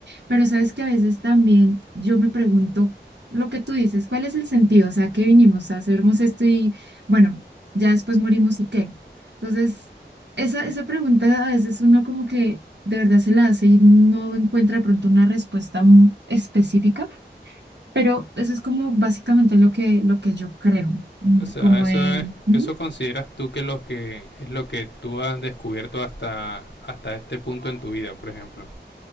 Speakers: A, on the right; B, on the left.
A: pero sabes que a veces también yo me pregunto lo que tú dices, ¿cuál es el sentido? O sea, ¿qué vinimos a hacermos esto y bueno, ya después morimos y qué? Entonces... Esa, esa pregunta a veces uno como que de verdad se la hace y no encuentra de pronto una respuesta m- específica, pero eso es como básicamente lo que, lo que yo creo, mm,
B: O sea,
A: como
B: eso
A: de,
B: es,
A: ujú,
B: eso consideras tú que lo que es lo que tú has descubierto hasta hasta este punto en tu vida, por ejemplo.